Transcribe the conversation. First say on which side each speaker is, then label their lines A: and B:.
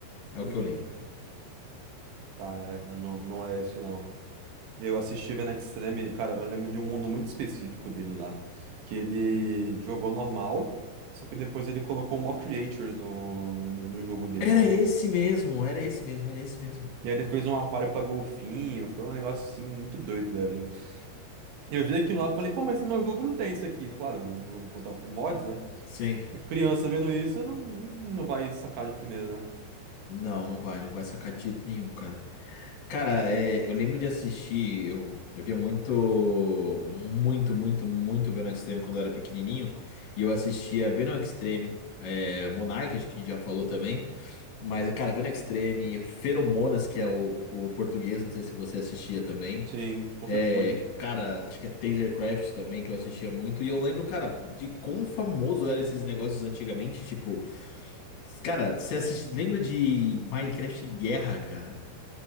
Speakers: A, on the left (about 70°); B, on the right (about 75°).
A: É o
B: Uhum.
A: que eu lembro.
B: Tá, é, eu não, não é esse não. Eu assisti o Extreme, cara, eu lembro de um mundo muito específico dele lá. Que ele jogou normal, só que depois ele colocou mock creatures no, no, no jogo dele,
A: Era
B: cara.
A: esse mesmo, era esse mesmo, era esse mesmo.
B: E aí ele fez um aquário pra golfinho, foi um negócio assim muito doido, velho. Eu vi aquilo lá e falei, pô, mas no meu jogo não tem isso aqui. Claro, vamos contar com mods, né?
A: Sim.
B: Criança vendo isso não, não vai sacar de primeira, né?
A: Não, não vai, não vai sacar de jeito nenhum, cara. Cara, é, eu lembro de assistir, eu, eu via muito, muito, muito, muito Venom Extreme quando eu era pequenininho, e eu assistia Venom Extreme, é, Monarch, acho que a gente já falou também, mas, cara, Venom Extreme, Feromonas, que é o, o português, não sei se você assistia também,
B: Sim, com
A: é,
B: cer- muito.
A: cara, acho que é Tasercraft também, que eu assistia muito, e eu lembro, cara, de quão famoso eram esses negócios antigamente, tipo... Cara, você assiste... lembra de Minecraft Guerra, cara?